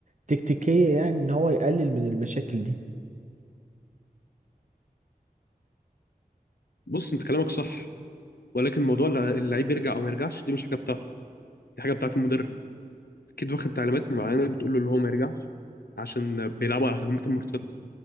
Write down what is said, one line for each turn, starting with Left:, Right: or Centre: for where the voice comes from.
Right: تكتيكيه يعني ان هو يقلل من المشاكل دي
Left: بص انت كلامك صح ولكن موضوع الل- اللعيب يرجع او ما يرجعش دي مش حاجه بتاعته دي حاجه بتاعت المدرب اكيد واخد تعليمات معينه بتقول له اللي هو ما يرجعش عشان بيلعبوا على الهجمات المرتده